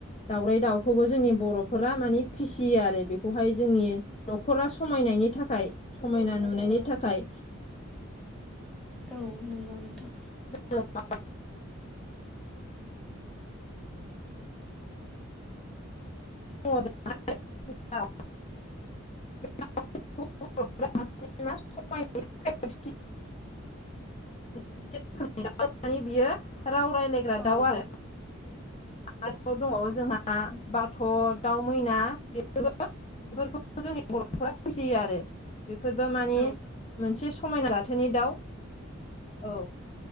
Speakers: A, on the left; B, in the centre.
A: दाउराय दाउ खौबो जोंनि बर'फोरा मानि फिसियो आरो बेखौहाय जोंनि न'खरा समायनायनि थाखाय समायना नुनायनि थाखाय
B: औ नंगौ नोंथां
A: <unintelligible> <unintelligible> <unintelligible> <unintelligible> <unintelligible> मानि बियो राव रायलायग्रा
B: औ
A: दाउ आरो। आरोबाव दंबावो जोंहा
B: औ
A: बाथ' दाउ मैना बेफोरबो बेफोरखौबो जोंनि बर'फोरा फिसियो आरो। बेफोरबो मानि
B: औ
A: मोनसे समायना जाथोनि दाउ औ